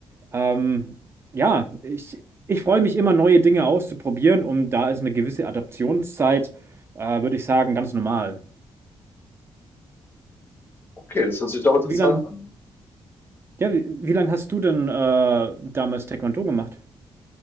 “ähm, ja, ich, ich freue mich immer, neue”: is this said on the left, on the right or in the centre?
Right